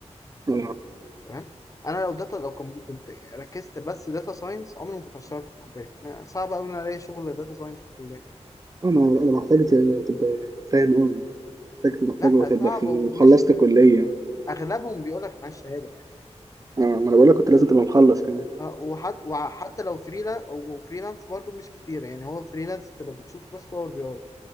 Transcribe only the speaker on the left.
تمام انا لو داتا لو كم- كنت ركزت بس داتا ساينس عمري ما كنت هشتغل في الكليه ما- صعب قوي ان أنا الاقي شغل داتا ساينس في الكليه
لا صعب
ومش
اغلبهم بيقول لك معايا الشهاده
آه، وحت... وحتى لو فريلانس وفريلانس برضو مش كتير يعني هو فريلانس انت لو بتشوفه بس باور بي اي